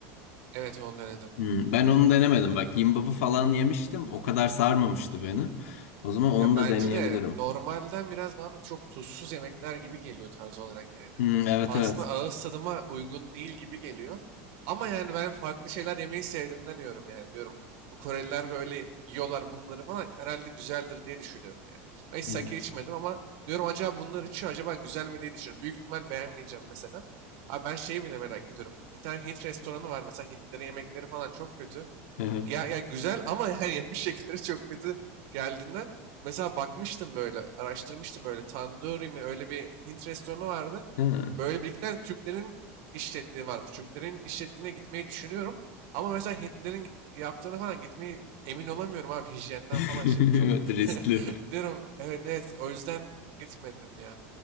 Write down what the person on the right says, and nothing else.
Evet onu denedim.
Ya
bence
de normalden biraz bana çok tuzsuz yemekler gibi geliyor tarz olarak yani.
Aslında
ağız tadıma uygun değil gibi geliyor. Ama yani ben farklı şeyler yemeyi sevdiğimden yiyorum yani diyorum. Bu Koreliler böyle yiyorlar bunları falan herhalde güzeldir diye düşünüyorum yani. Ben Hiç
sake içmedim ama diyorum acaba bunlar içiyor acaba güzel mi diye düşünüyorum. Büyük ihtimal beğenmeyeceğim mesela. Abi ben şeyi bile merak ediyorum. Bir tane Hint restoranı var mesela Hintlerin yemekleri falan çok kötü.
Ya, ya güzel ama <laughs> yani yapış şekilleri çok kötü geldiğinden. Mesela bakmıştım böyle, araştırmıştım böyle. Tandoori mi öyle bir Hint restoranı vardı.
Böyle birlikte Türklerin işlettiği varmış. Türklerin işlettiğine gitmeyi düşünüyorum. Ama mesela Hintlilerin git- yaptığına falan gitmeyi emin olamıyorum abi. Hijyenden
falan şimdi çok
<laughs> diyorum. Evet evet o yüzden gitmedim ya.